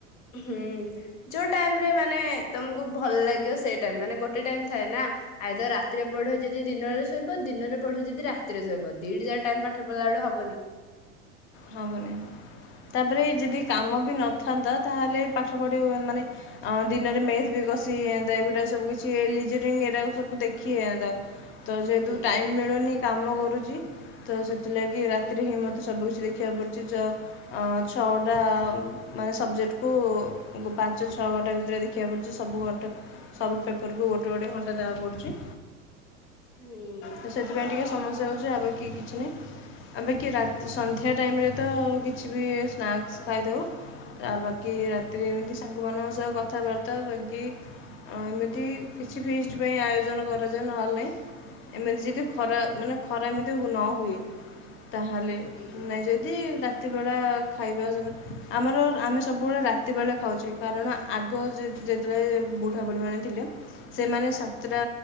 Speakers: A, on the left; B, on the left.
A: ହୁଁ ଯୋଉ ଟାଇମ୍ ରେ ମାନେ ତମକୁ ଭଲ ଲାଗିବ। ସେଇ ଟାଇମ୍ ମାନେ ଗୋଟେ ଟାଇମ୍ ଥାଏ ନା। ଆଇଦର ରାତିରେ ପଢେ ଯେ ଯଦି ଦିନରେ ଶୋଇବ ଦିନରେ ପଢେ ଯଦି ରାତିରେ ଶୋଇବ। ଦିଡି ଯାକ ଟାଇମ୍ ପାଠ ପଢିଲା ବେଳୁ ହବନି।
B: ହବନି ତାପରେ ଯଦି କାମ ବି ନଥାନ୍ତା ତାହେଲେ ପାଠ ପଢ଼ି ହୁ ମାନେ ଅ ଦିନରେ ମେଥ୍ ବି କଷିଯାନ୍ତା ଏଗୁଡ଼ା ସବୁ କିଛି ଲିଜରିଙ୍ଗ୍ ଏରା ସବୁ ଦେଖି ହେଇଯାନ୍ତା। ତ ଯେହେତୁ
A: ହୁଁ
B: ଟାଇମ୍ ମିଳୁନି କାମ କରୁଛି। ତ ସେଥିଲାଗି ରାତିରେ ହିଁ ମତେ ସବୁକିଛି ଦେଖି ଦେଖିବାକୁ ପଡ଼ୁଛି ଚ ଅ ଛଅଘଣ୍ଟା ଆ ମାନେ ସବଜେକ୍ଟକୁ ଉ ପାଞ୍ଚ ଛଅ ଘଣ୍ଟା ଭିତରେ ଦେଖିବାକୁ ପଡ଼ୁଛି। ସବୁ ଘଟା ସବୁ ପେପରକୁ ଗୋଟେ ଗୋଟେ ଘଣ୍ଟା ଦେବାକୁ ପଡ଼ୁଛି।
A: ହୁଁ
B: ତ ସେଥିପାଇଁ ଟିକେ ସମସ୍ତେ ଯାଉଛି ଆଉ ବାକି କିଛି ନାହିଁ। ଆବେକି ରାତ୍ ସନ୍ଧ୍ୟା ଟାଇମ୍ ରେ ତ କିଛି ବି ସ୍ନାକ୍ସ୍ ଖାଇଥାଉ। ଆଉ ବାକି ରାତିରେ ଏମିତି ସାଙ୍ଗମାନଙ୍କ ସହ କଥାବାର୍ତ୍ତା ବାକି ଏମିତି କିଛି ଫିଷ୍ଟ୍ ପାଇଁ ଆୟୋଜନ କରାଯାଏ। ନହେଲେ ନାହିଁ ଏମିତି ଯଦି ଖରା ମାନେ ଖରା ଏମିତି ନ ହୁଏ। ତାହେଲେ
A: ହୁଁ
B: ନାଇ ଯଦି ଡା ରାତି ବେଳା ଖାଇବା ସ। ଆମର ଆମେ ସବୁବେଳେ ରାତି ବେଳେ ଖାଉଛେ କାରଣ ଆଗ ଯେ ଯେତେବେଳେ ବୁଢ଼ାବୁଢ଼ୀମାନେେ ଥିଲେ ସେମାନେ ସାତଟା